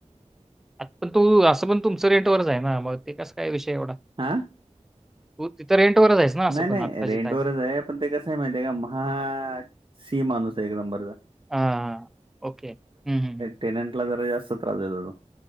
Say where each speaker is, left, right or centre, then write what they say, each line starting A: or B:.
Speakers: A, in the centre; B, on the right.
A: आता पण तू असं पण तुमचं रेट वरच आहे ना मग ते कस काय विषय एवढा
B: आ
A: तु तिथं रेटंवरच आहेस ना असं
B: नाही
A: पण
B: नाही
A: आत्ता
B: रेंट
A: जिथं आहेस?
B: वरच आहे पण ते कसं आहे माहिती आहे का महा सी माणूस आहे एक नंबर
A: हा हा ओके हम्म हम् हम्
B: पेमेंट ला जरा जास्त त्रास देतो तो